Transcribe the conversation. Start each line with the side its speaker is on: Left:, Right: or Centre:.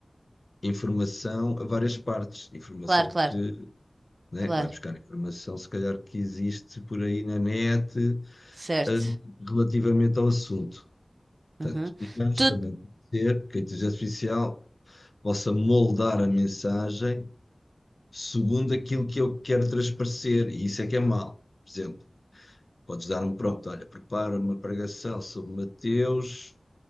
Left: informação a várias partes. Informação
Right: Claro, claro,
Left: que, né,
Right: claro,
Left: vai buscar informação, se calhar, que existe por aí na net,
Right: certo.
Left: eh, relativamente ao assunto. Portanto,
Right: Uhum.
Left: mas
Right: Tu
Left: também pode ser que a inteligência artificial possa moldar a mensagem segundo aquilo que eu quero transparecer, e isso é que é mal. Por exemplo, podes dar um prompt, olha, prepara uma pregação sobre Mateus,